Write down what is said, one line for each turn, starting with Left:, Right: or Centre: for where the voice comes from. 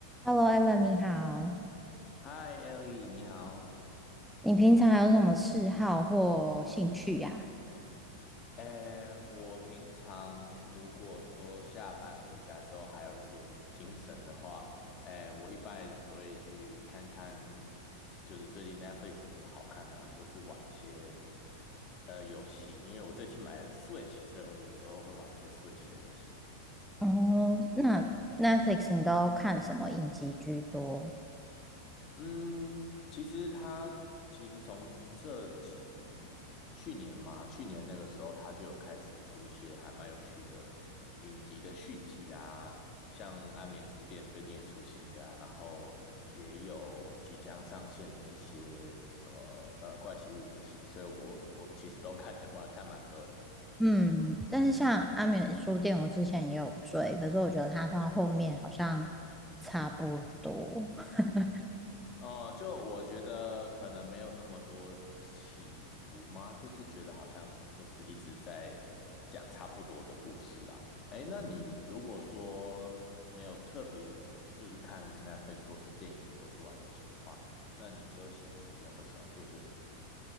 Centre: Hello, e l l n 你好。
Left: 嗨，Ellie，你好。
Centre: 你平常有什么嗜好或兴趣呀、
Left: 诶，我平常如果说下班回家之后还有一点精神的话，诶，我一般来讲都会去看看，就是最近 Netflix 有什么好看的啊，或是玩一些呃游戏，因为我最近买了 Switch，所以我有时候会玩一些 Switch 的游戏。
Centre: 哦，那 Netflix 你都看什么影集居多？
Left: 嗯，其实他其实从这几去年嘛，去年那个时候他就有开始出一些还蛮有趣的影集的续集啊，像《安眠书店》最近也出新的啊，然后也有即将上线的一些什么呃《怪奇物语》这些，所以我我其实都看，<laughs> 我还看蛮多的。
Centre: 嗯，但是像《阿眠书店》，我之前也有追，可是我觉得它到后面好像差不多。<laughs>
Left: 哦，就我觉得可能没有那么多起伏吗？就是觉得好像就是一直在讲差不多的故事啦。哎，那你如果说没有特别就是看 Netflix 或是电影或是玩游戏的话，那你休闲时间会喜欢做些什么呢？